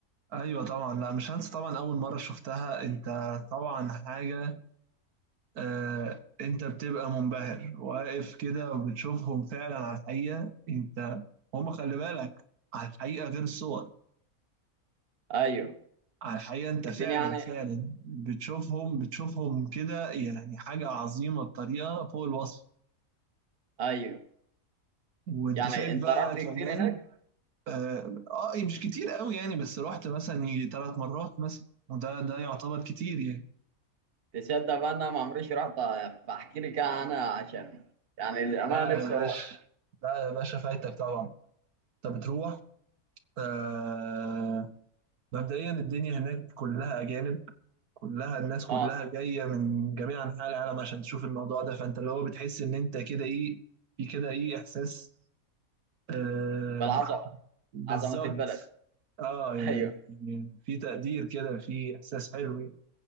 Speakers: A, on the right; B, on the right.
A: ايوه طبعا لا مش هنسى طبعا اول مره شفتها انت طبعا حاجه آه، انت بتبقى منبهر واقف كده وبتشوفهم فعلا على الحقيقة انت هم خلي بالك على الحقيقة غير الصور
B: أيوه
A: على الحقيقة انت فعلا
B: الدنيا يعني
A: فعلا بتشوفهم بتشوفهم كده يعني حاجة عظيمة بطريقة فوق الوصف
B: أيوه
A: وانت
B: يعني
A: شايف
B: أنت
A: بقى
B: رحت
A: كمان
B: كتير هناك
A: اه آه، مش كتير قوي يعني بس رحت مثلا يجي ثلاث مرات مثلا وده ده يعتبر كتير يعني
B: تصدق بقى انا ما عمريش رحت فاحكي لي كده انا عشان يعني الامانه
A: لا يا
B: نفسي
A: باشا
B: اروح
A: لا يا باشا فايتك طبعا انت بتروح آه مبدئيا الدنيا هناك كلها أجانب كلها الناس كلها
B: اه
A: جاية من جميع أنحاء العالم عشان تشوف الموضوع ده فأنت اللي هو بتحس إن أنت كده إيه في كده إيه إحساس آه
B: بالعظمه
A: بالظبط
B: عظمه البلد
A: اه
B: <laughs>
A: يعني
B: ايوه
A: يعني في تقدير كده في إحساس حلو يعني.